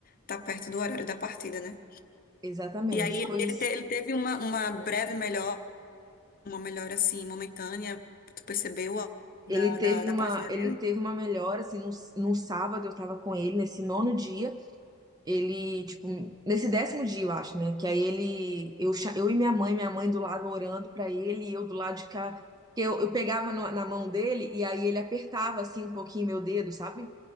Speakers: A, on the left; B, on the right.
A: tá perto do horário da partida, né?
B: Exatamente,
A: E aí ele,
B: foi
A: ele,
B: isso.
A: te- ele teve uma, uma breve melhora, uma melhora assim, momentânea. Tu percebeu a, da,
B: Ele teve
A: da, da
B: uma,
A: partida
B: ele
A: dele?
B: teve uma melhora, assim, no, no sábado eu tava com ele, nesse nono dia, ele, tipo, nesse décimo dia, eu acho, né, que aí ele, eu, cha- eu e minha mãe, minha mãe do lado orando pra ele, e eu do lado de cá, que eu, eu pegava no- na mão dele, e aí ele apertava, assim, um pouquinho meu dedo, sabe?